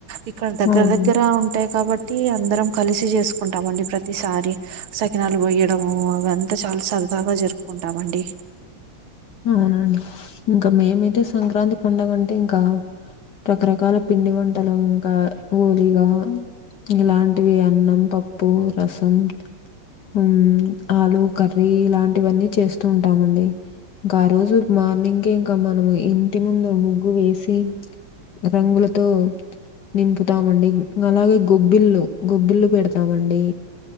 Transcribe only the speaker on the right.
ఇక్కడ దగ్గర
దగ్గర ఉంటాయి కాబట్టి ప్రతి అందరం కలిసి చేసుకుంటామండి ప్రతిసారి సకినాలు పోయడము అవి అంతా చాలా చదు బాగా జరుపుకుంటామండి